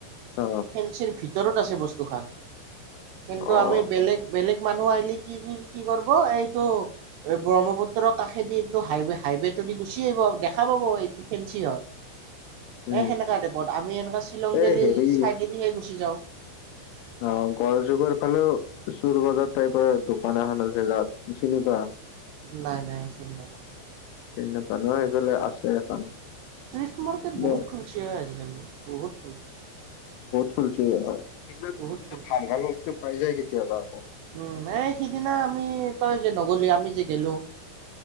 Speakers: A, on the left; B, on the right.
A: অ',
B: ফেঞ্চিৰ ভিত ভিতৰত আছে বস্তুখান কিন্তু
A: অ',
B: আমি বেলেগ-বেলেগ মানুহ আহিলি কি - কি, কি কৰিব, এইটো ব্ৰহ্মপুত্ৰৰ কাষেদি এইটো হাইৱে- হাইৱেটো দি গুচি আহিব, দেখা পাব এই তো ফেঞ্চি হয়।
A: উম,
B: এ সেনেকা টাপত। আমি এনেকা শ্বিলং
A: এই
B: গেলি
A: হেৰি
B: চাইদেদিহে গুচি যাওঁ।
A: অ', গড়যুগৰ ফালেও চোৰ বজাৰ টাইপৰ দোকান এখন আছে। জাগাটো চিনি পা
B: নাই - নাই, চিনি নাপাওঁ।
A: <unintelligible> সেইফালে আছে এখন।
B: ট্ৰিফ মাৰ্কেট
A: মই
B: বহুত খুলিছে অ' আজিকালি। বহুত খুলছে।
A: খুলছে হয়। সেইবিলাক
B: বহুত
A: কিন্তু
B: খুলছে
A: ভাল - ভাল বস্তু পাই যায় কি তিয়াবা আক'
B: উম, এই সিদিনা আমি, তই যে নগলি, আমি যে গেলোঁ,